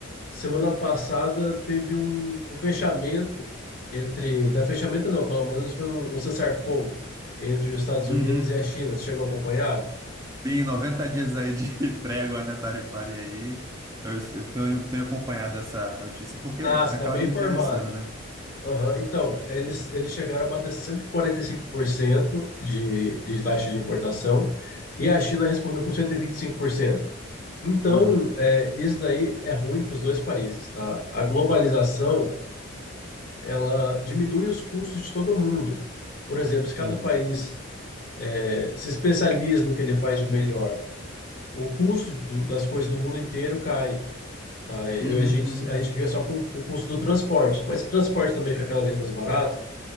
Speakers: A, on the left; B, on the right.
A: semana passada teve um, um fechamento entre, não é fechamento não, pelo menos foi um, um cessar-fogo entre os Estados
B: Uhum.
A: Unidos e a China. Você chegou a acompanhar?
B: Tem 90 dias aí de <laughs> trégua, né, tarifária aí. Eu, eu tenho, eu tenho acompanhado essa notícia porque
A: Ah, você
B: acaba
A: está bem
B: me
A: informado.
B: interessando, né?
A: Aham, Então, eles, eles chegaram a bater 145% de, de taxa de importação e a China respondeu com 125%. Então,
B: Uhum,
A: é, isso daí é ruim para os dois países, tá? A globalização, ela diminui os custos de todo mundo. Por exemplo, se cada
B: uhum,
A: país é, se especializa no que ele faz de melhor, o custo do- das coisas no mundo inteiro cai, tá? Eu,
B: uhum,
A: a gente,
B: uhum.
A: a gente fica só com o custo do transporte, mas o transporte também fica cada vez mais barato,